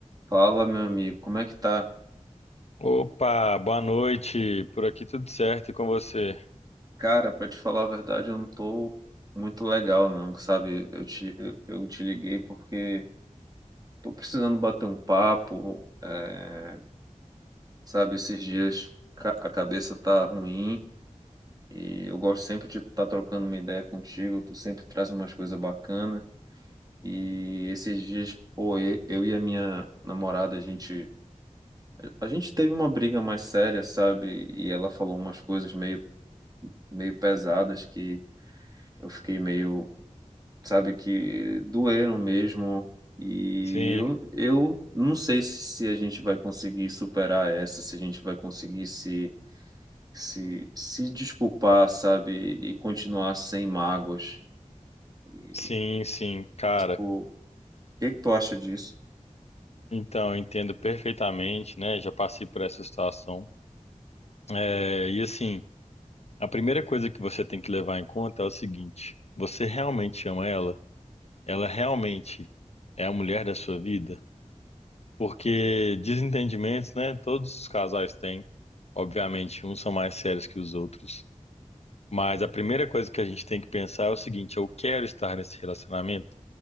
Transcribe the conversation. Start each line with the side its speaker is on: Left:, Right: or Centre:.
Right: Fala, meu amigo, como é que tá?
Left: Opa, boa noite. Por aqui tudo certo e com você?
Right: Cara, pra te falar a verdade, eu não tô muito legal, não, sabe? Eu te, eu, eu te liguei porque tô precisando bater um papo, é, sabe? Esses dias ca- a cabeça tá ruim e eu gosto sempre de estar trocando uma ideia contigo, tu sempre traz umas coisas bacanas. E esses dias, pô, e- eu e a minha namorada, a gente, a gente teve uma briga mais séria, sabe? E ela falou umas coisas meio, meio pesadas que Eu fiquei meio, sabe, que doeram mesmo. E
Left: Sim,
Right: eu, eu não sei se, se a gente vai conseguir superar essa, se a gente vai conseguir se, se, se desculpar, sabe, e continuar sem mágoas. E,
Left: sim, sim, cara.
Right: tipo, o que que tu acha disso?
Left: Então, eu entendo perfeitamente, né? Já passei por essa situação. É, e assim, a primeira coisa que você tem que levar em conta é o seguinte: você realmente ama ela? Ela realmente é a mulher da sua vida? Porque desentendimentos, né? Todos os casais têm. Obviamente, uns são mais sérios que os outros. Mas a primeira coisa que a gente tem que pensar é o seguinte: eu quero estar nesse relacionamento?